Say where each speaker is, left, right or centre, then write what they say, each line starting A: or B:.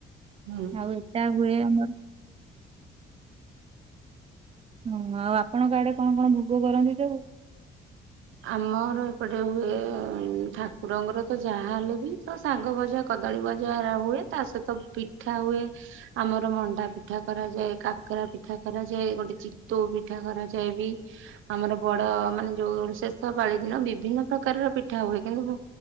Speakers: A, on the right; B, on the right.
A: ହୁଁ
B: ଆଉ ଏଟା ହୁଏ ଆମର। ହଁ ଆଉ ଆପଣଙ୍କ ଆଡେ କଣ କଣ ଭୋଗ କରନ୍ତି ସବୁ?
A: ଆମର ଏପଟେ ହୁଏ ଠାକୁରଙ୍କର ତ ଯାହା ହେଲେ ବି ତ ଶାଗ ଭଜା କଦଳୀ ଭଜା ହୁଏ ତା ସହିତ ପିଠା ହୁଏ। ଆମର ମଣ୍ଡା ପିଠା କରାଯାଏ କାକରା ପିଠା କରାଯାଏ ଗୋଟେ ଚିତଉ ପିଠା କରାଯାଏ ବି। ଆମର ବଡ ମାନେ ଯୋଉ ଶେଷକାାଳି ଦିନ ବିଭିନ୍ନ ପ୍ରକାରର ପିଠା ହୁଏ କିନ୍ତୁ?